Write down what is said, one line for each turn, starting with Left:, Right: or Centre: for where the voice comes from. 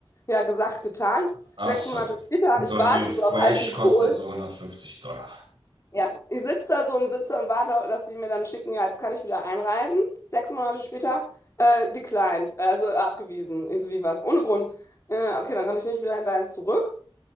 Left: Ja, gesagt, getan.
Right: Ach
Left: Sechs
Right: so.
Left: Monate
Right: okay.
Left: später,
Right: Und so
Left: ich
Right: ein
Left: warte
Right: Refresh
Left: so auf heißen Kohl.
Right: kostet so 150 Dollar.
Left: Ja, ich sitze da so und sitze und warte, dass die mir dann schicken, ja, jetzt kann ich wieder einreisen. Sechs Monate später, äh, declined, äh, also abgewiesen. Ich so, wie was? Ohne Grund. Äh, okay, dann kann ich nicht wieder hinterher zurück.